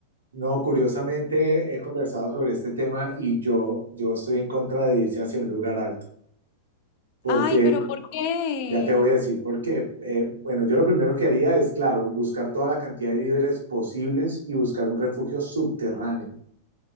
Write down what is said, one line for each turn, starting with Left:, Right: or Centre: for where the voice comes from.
Right: No, curiosamente he conversado sobre este tema y yo, yo estoy en contra de irse hacia un lugar alto, porque
Left: Ay, pero ¿por qué?
Right: ya te voy a decir por qué. Eh, bueno, yo lo primero que haría es, claro, buscar toda la cantidad de víveres posibles y buscar un refugio subterráneo.